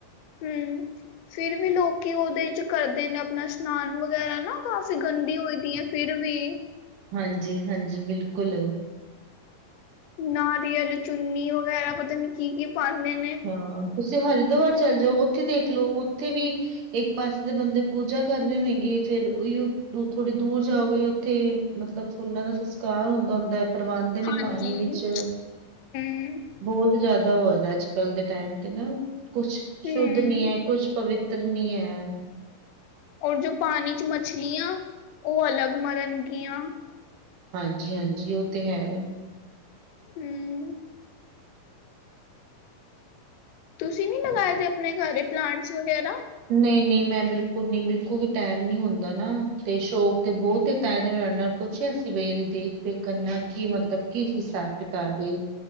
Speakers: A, on the left (about 85°); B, on the right (about 70°).
A: ਹੂੰ, ਫਿਰ ਵੀ ਲੋਕੀ ਉਅਦੇ ਚ ਕਰਦੇ ਨੇ, ਅਪਣਾ ਇਸ਼ਨਾਨ ਵਗੈਰਾ ਨਾ। ਕਾਫ਼ੀ ਗੰਦੀ ਹੋਈ ਦੀ ਏ ਫਿਰ ਵੀ।
B: ਹਾਂਜੀ-ਹਾਂਜੀ, ਬਿਲਕੁਲ।
A: ਨਾਰੀਅਲ, ਚੁੰਨੀ ਵਗੈਰਾ ਪਤਾ ਨੀ ਕੀ-ਕੀ ਪਾਂਦੇ?
B: ਹਾਂ, ਤੁਸੀਂ ਹਰਿਦੁਵਾਰ ਚੱਲ ਜੋ, ਔਥੇ ਦੇਖ ਲੋ, ਔਥੇ ਵੀ ਇੱਕ ਪਾਸੇ ਦੇ ਬੰਦੇ ਪੂਜਾ ਕਰ ਰਏ ਨੇ ਹੇਗੇ, ਫੇਰ ਔਈਓ ਦੁ ਥੋੜੀ ਦੂਰ ਜਾਓਗੇ ਔਥੇ ਮਤਲਬ ਫੁੱਲਾਂ ਦਾ ਸੰਸਕਾਰ ਹੁੰਦਾ-ਹੁੰਦਾ ਏ, ਪ੍ਰਵਾਂਦੇ ਨੇ
A: ਹਾਂਜੀ
B: ਪਾਣੀ ਵਿੱਚ।
A: ਹੂੰ
B: ਬੋਹੋਤ ਜਾਅਦਾ ਹੋਏਆ ਦਾ ਅੱਜ ਕੱਲ ਦੇ ਟੈਮ ਤੇ ਨਾ। ਕੁਛ
A: ਹੂੰ
B: ਸ਼ੁੱਧ ਨੀ ਏ, ਕੁਛ ਪਵਿੱ ਤਰ ਨੀ ਐ।
A: ਔਰ ਜੋ ਪਾਣੀ ਚ ਮੱਛਲੀਆਂ, ਔਹ ਅਲੱਗ ਮਰਨਗੀਆਂ।
B: ਹਾਂਜੀ-ਹਾਂਜੀ ਔਹ ਤੇ ਹੈ।
A: ਹੂੰ। ਤੁਸੀਂ ਨੀ ਲਗਾਏ ਦੇ ਆਪਣੇ ਕਾਰ ਏਹ ਪਲਾਂਟਸ ਵਗੈਰਾ?
B: ਨਈ-ਨਈ ਮੈਂ ਬਿਲਕੁਲ ਨਈ, ਬਿਲਕੁਲ ਵੀ ਟੈਮ ਨੀ ਹੁੰਦਾ ਨਾ। ਤੇ ਸ਼ੌਕ ਤੇ ਬੋਤ ਏ, ਤਾਂ ਈ ਤੇ ਮੇ <unintelligible> ਪੁੱਛਿਆ ਸੀ ਬਈ ਏਦੀ ਦੇਖ-ਦੇੇਖ ਕਰਨਾ, ਕੀ ਮਤਲਬ ਕੀ ਹਿਸਾਬ ਕਿਤਾਬ ਐ?